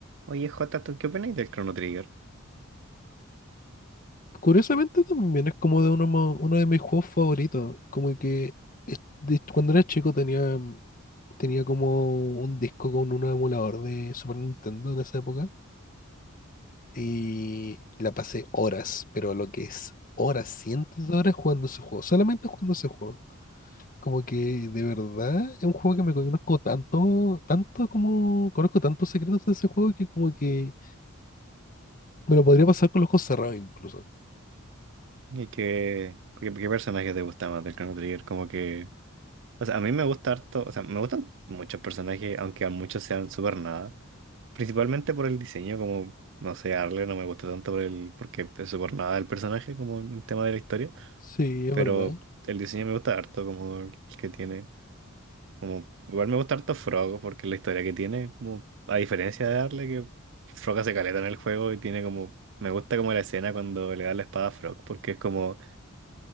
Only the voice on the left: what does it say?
Curiosamente también es como de uno, mo- uno de mis juegos favoritos. Como que es- de- cuando era chico tenía, tenía como un disco con un emulador de Super Nintendo de esa época. Y la pasé horas, pero lo que es horas, cientos de horas jugando ese juego. Solamente jugando ese juego. Como que de verdad es un juego que me conozco tanto, tanto como conozco tantos secretos de ese juego que como que me lo podría pasar con los ojos cerrados incluso.
Sí, es
verdad.